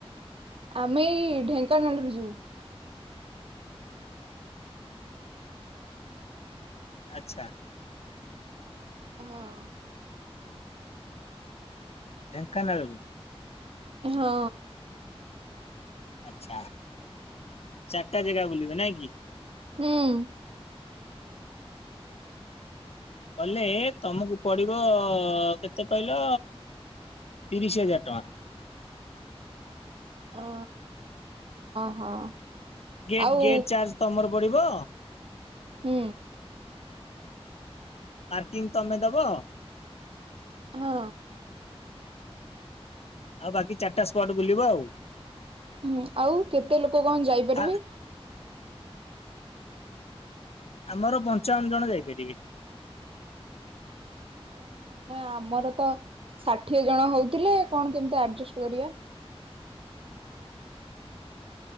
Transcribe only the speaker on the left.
ଆଚ୍ଛା।
ଢେଙ୍କାନାଳରୁ
ଆଚ୍ଛା। ଚାରିଟା ଜେଗା ବୁଲିବେ ନାଇଁ କି?
ଗଲେ ତମକୁ ପଡିବ କେତେ କହିଲ, ତିରିଶ ହଜାର ଟଙ୍କା। <inaudible>
ଗେଟ୍
ଗେଟ୍ ଚାର୍ଜ ତମର ପଡିବ?
ପାର୍କିଂ ତମେ ଦ
ଆଉ ବାକି ଚାରିଟା ସ୍ପଟ୍ ବୁଲିବ ଆଉ।
ଆ ଆମର ପଞ୍ଚାବନ୍ ଜଣ ଯାଇପାରିବେ।
<inaudible>